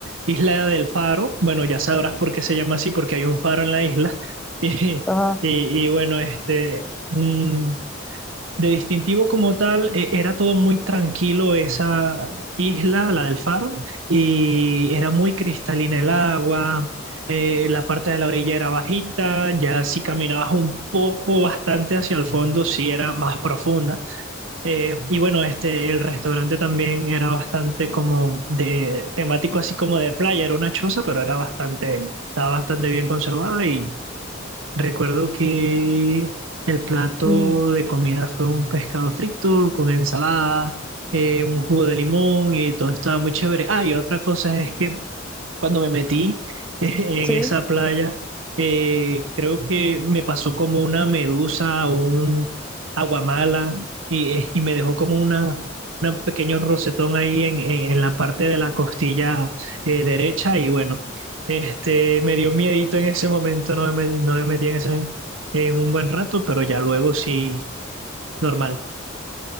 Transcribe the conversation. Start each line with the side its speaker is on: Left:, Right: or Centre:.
Right: Isla del Faro. Bueno, ya sabrás por qué se llama así, porque hay un faro en la isla. <laughs> Y,
Centre: ajá,
Right: y, y bueno, este... mm, De distintivo como tal, e- era todo muy tranquilo esa isla, la del Faro, y era muy cristalina el agua, eh, la parte de la orilla era bajita, ya si caminabas un poco bastante hacia el fondo, sí era más profunda. Eh, y bueno, este, el restaurante también era bastante como de temático, así como de playa, era una choza, pero era bastante, estaba bastante bien conservada y Recuerdo que el plato
Centre: mm,
Right: de comida fue un pescado frito con ensalada, eh, un jugo de limón y todo estaba muy chévere. Ah, y otra cosa es que cuando me metí <laughs> en
Centre: sí.
Right: esa playa, eh, creo que me pasó como una medusa o un aguamala y, eh, y me dejó como una, un pequeño rosetón ahí en, en, en la parte de la costilla eh, derecha y bueno, este, me dio miedito en ese momento, no me, metí- no me metí en ese en un buen rato, pero ya luego sí, normal.